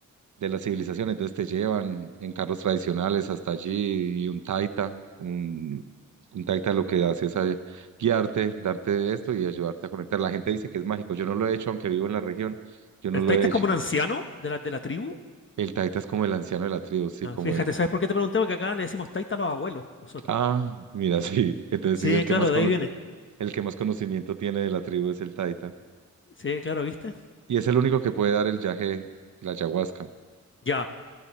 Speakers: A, on the right; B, on the left.
A: de la civilización, entonces te llevan en carros tradicionales hasta allí y un taita, un, un taita lo que hace es eh, guiarte, darte esto y ayudarte a conectar. La gente dice que es mágico, yo no lo he hecho, aunque vivo en la región, yo no
B: El
A: lo
B: taita
A: he
B: es
A: hecho.
B: como un anciano de la, de la tribu.
A: El taita es como el anciano de la tribu, sí,
B: Ah,
A: como
B: fíjate,
A: el...
B: ¿sabes por qué te pregunté? Porque acá le decimos taita a los abuelos, nosotros.
A: Ah, mira, <laughs> sí, entonces
B: Sí,
A: sí, el que
B: claro,
A: más, cono-
B: de ahí viene.
A: el que más conocimiento tiene de la tribu es el taita
B: Sí, claro, ¿viste?
A: y es el único que puede dar el yaje, la ayahuasca.
B: Ya,